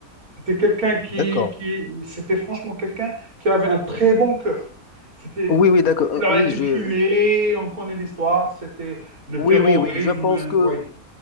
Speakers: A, on the right; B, on the left.
A: C'était quelqu'un qui,
B: d'accord.
A: qui c'était franchement quelqu'un qui avait un très bon cœur. C'était,
B: Oui, oui, d'accord.
A: il
B: Euh,
A: a
B: Oui,
A: été
B: je,
A: tué, on connaît l'histoire, c'était le
B: Oui,
A: terrorisme.
B: oui, oui, je pense
A: euh,
B: que,
A: ouais.